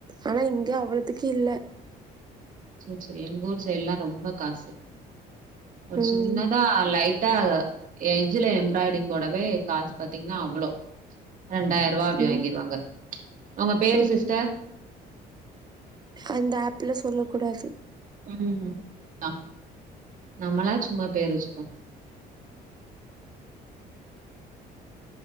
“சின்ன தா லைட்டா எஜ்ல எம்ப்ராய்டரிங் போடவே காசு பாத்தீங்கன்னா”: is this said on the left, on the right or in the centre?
Right